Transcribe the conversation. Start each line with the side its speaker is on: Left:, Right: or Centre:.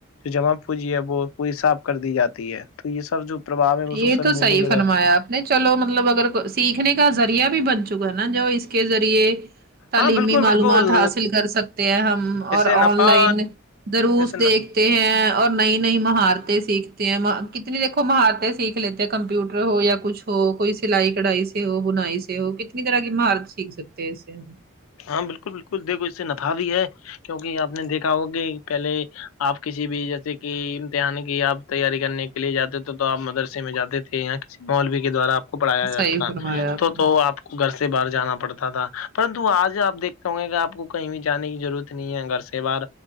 Left: جمع پوجی ہے وہ پوری صاف کر دی جاتی ہے تو یہ سب جو پرباؤ ہے وہ
Right: یہ
Left: سوشل
Right: تو
Left: میڈیا
Right: صحی
Left: کے
Right: فرمایا
Left: دوارا
Right: آپ نہیں چلو مطلب اگر سیکھنے کا ذریعہ بھی بن چکا ہے نا جو اس کے ذریعے تعلیمی
Left: ہاں بالکل
Right: معلومات
Left: بالکل
Right: حاصل کر سکتے ہیں ہم
Left: اسے
Right: اور آن
Left: نفع
Right: لائن دروس
Left: اسے
Right: دیکھ ستے ہیں اور نئی نئی مہارتیں سیکھتے ہیں کتنی دیکھو مہارت سیکھ لیتے ہیں کمپیوٹر ہو یا کچھ ہو کوئی سلائی کڑھائی سے ہو بنائی سے ہو کتنی طرح کی مہارت سیکھ سکتے تی سےے ہم
Left: ہاں بالکل بالکل دیکھو اس سے نفع بھی ہے کیوںکہ آپ نے دیکھا ہو کہ پہلے آپ کسی بھی جیسے کہ امتحان کی آپ تیاری کرنے کے لیے جاتے تھے تو آپ مدرسے میں جاتے تھے یہاں کے مولوی کے دوارا آپ کو پڑھایا جاتا
Right: صحیح
Left: تھا
Right: فرمایا
Left: تو
Right: نے
Left: تو آپ کو گھر سے باہر جانا پڑتا تھا پر تو آج آ دیکھتے ہوں گے کہ آپ کو کہیں بھی جانے کی ضرورت نہیں ہے گھر سے باہر